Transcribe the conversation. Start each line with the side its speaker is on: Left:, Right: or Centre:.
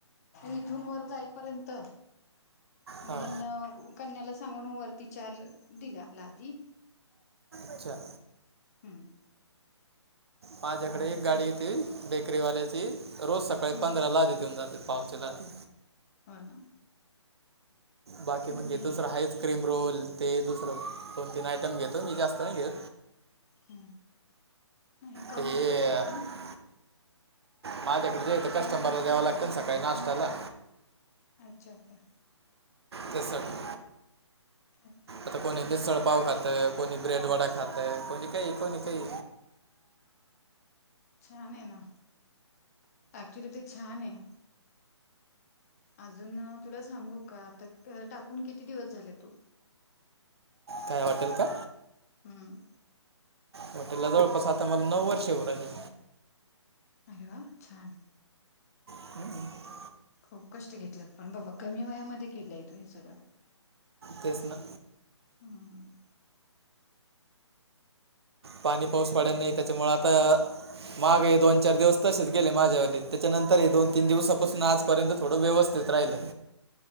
Left: इथून वर जाईपर्यंत मग
Right: हां
Left: कन्याला सांगून वरती चार दिल्याला लादी
Right: अच्छा.
Left: हम्म.
Right: माझ्याकडे
Left: आणि
Right: एक
Left: आता
Right: गाडी येते बेकरीवाल्याची रोज सकाळी
Left: हम्म
Right: पंधरा लादी देऊन जातेत. पावचे लादी
Left: हो ना.
Right: बाकी म्हणजे
Left: नाही
Right: दुसरं हासक्रीम रोल ते दुसरं दोन तीन आयटम घेतो मी जास्त ना घेतो.
Left: ह् नाही काउंटर
Right: ते हे
Left: करतात ना.
Right: माझ्याकडे जे येतात कस्टमरला द्यावं लागतं ना सकाळी नाष्ट्याला
Left: अच्छा अच्छा.
Right: तेचसाठी
Left: अच्छा.
Right: आता कोणी मिसळपाव खातंय. कोणी ब्रेड वडा खातंय कोणी काही कोणी काही
Left: छान आहे ना ऍक्चुली ते छान आहे. अजून तुला सांगू का आता टाकून किती दिवस झाले तू
Right: काय हॉटेल का?
Left: हम.
Right: हॉटेलला जवळपास आता मला नऊ वर्षे होऊ राहीले.
Left: अरे वा छान.
Right: ह.
Left: खूप कष्ट घेतलं पण बाबा कमी वयामध्ये केलेय तू हे सगळं.
Right: तेच ना.
Left: हम्म
Right: पाणी पाऊस
Left: हम्म
Right: पडयला नाही त्याच्यामुळं आता मागं हे दोन चार दिवस तसेच गेले माझ्यावाली त्याच्यानंतर हे दोन तीन दिवस सपोज ना
Left: हम्म.
Right: आजर्यंत थोडं व्यवस्थित त राहिले.